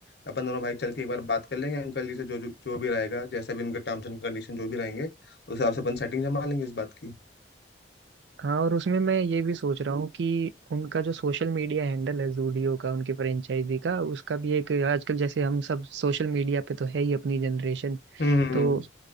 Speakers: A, on the left; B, on the right.
A: अपन दोनों भाई चल के एक बार बात कर लेंगे अंकल जी से जो जो जो भी रहेगा जैसा भी उनके टर्म्स एंड कंडीशन जो भी रहेंगे उस हिसाब से अपन सेटिंग जमा लेंगे इस बात की
B: हाँ और उसमें मैं ये भी सोच रहा हूँ कि उनका जो सोशल मीडिया हैंडल है जूडियो का उनके फ्रेंचाइजी का उसका भी एक आजकल जैसे हम सब सोशल मीडिया पे तो है ही अपनी जनरेशन
A: हम्म हम्म,
B: तो
A: हम्म।